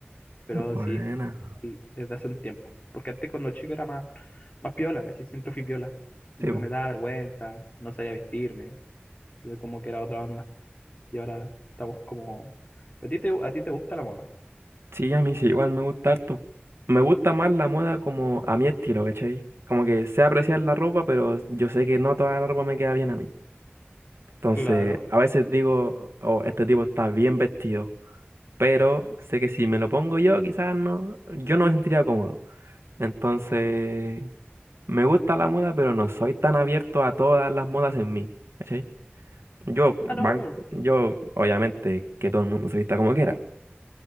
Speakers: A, on the left; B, on the right.
A: Pero
B: Buena.
A: sí, igual desde hace un tiempo. Porque antes cuando chico era más, más piola, ¿cachai? Siempre fui piola. Entonces
B: Sí, vos.
A: me daba vergüenza, no sabía vestirme. Entonces como que era otra onda. Y ahora estamos como... ¿A ti te, a ti te gusta la moda?
B: Sí, a mí sí, igual me gusta harto. Me gusta más la moda como a mi estilo, ¿cachai? Como que sé apreciar la ropa, pero yo sé que no toda la ropa me queda bien a mí. Entonces,
A: Claro.
B: a veces digo, oh, este tipo está bien vestido, pero sé que si me lo pongo yo, quizás no, yo no me sentiría cómodo. Entonces, me gusta la moda, pero no soy tan abierto a todas las modas en mí, ¿cachai? Yo,
A: Ah,
B: van,
A: no, claro.
B: yo, obviamente, que todo el mundo se vista como quiera.